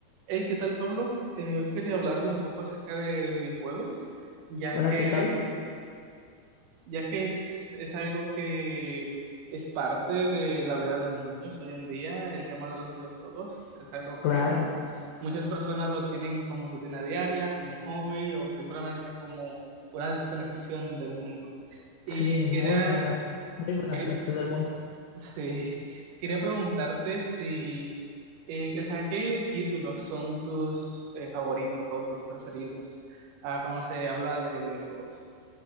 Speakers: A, on the right; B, on the left.
A: Hey, ¿qué tal, Pablo? Eh, hoy quería hablar de un poco acerca de, de videojuegos, ya
B: Hola,
A: que,
B: ¿qué tal?
A: ya que es, es algo que es parte de la vida de muchos hoy en día, el tema de los videojuegos. Es algo
B: Claro,
A: que muchos- muchas personas lo tienen como rutina diaria, como hobby o simplemente como una desconexión del mundo. Y
B: sí,
A: quería,
B: muy buena, muy buena
A: eh,
B: conexión del mundo.
A: <laughs> quería preguntarte si... Eh, o sea, ¿qué títulos son tus eh, favoritos o tus preferidos ah, cuando se habla de videojuegos?